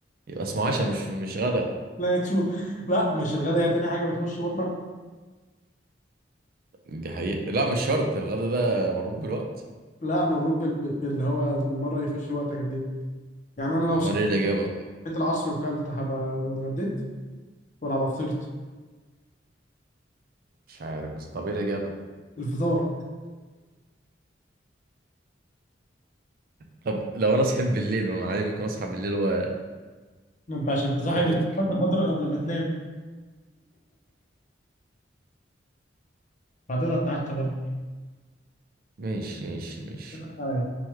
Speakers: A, on the right (about 50°); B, on the left (about 40°).
A: يبقى اسمه عشاء مش مش غدا
B: لا اسمه <laughs> لا مش الغدا هي تاني حاجة بتخش بطنك
A: دي حقيقة لا مش شرط الغدا ده مربوط بالوقت
B: لا مربوط بال- بال- باللي هو المرة يخش وقتك قد ايه يعني انا لو
A: امال
B: صحيت
A: ايه الاجابة
B: العصر وكلت هبقى اتغديت ولا هبقى فطرت
A: مش عارف بس طب ايه الاجابة
B: الفطار
A: طب لو انا صحيت بالليل انا عادي ممكن اصحى بالليل و...
B: ما انت عشان تصاحب
A: وافطر
B: الفطر فترة قبل ما تنام بعدين هتتعشى برضه
A: ماشي ماشي ماشي
B: <laughs> عليا.